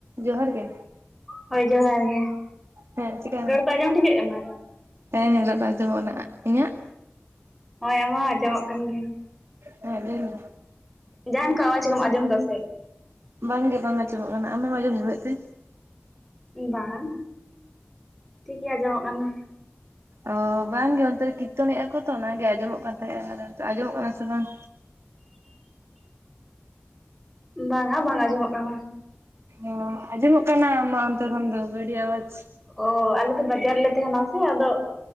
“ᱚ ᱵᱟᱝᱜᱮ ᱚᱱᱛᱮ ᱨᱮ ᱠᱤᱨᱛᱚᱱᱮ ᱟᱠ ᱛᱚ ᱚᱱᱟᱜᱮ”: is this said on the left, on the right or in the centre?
Right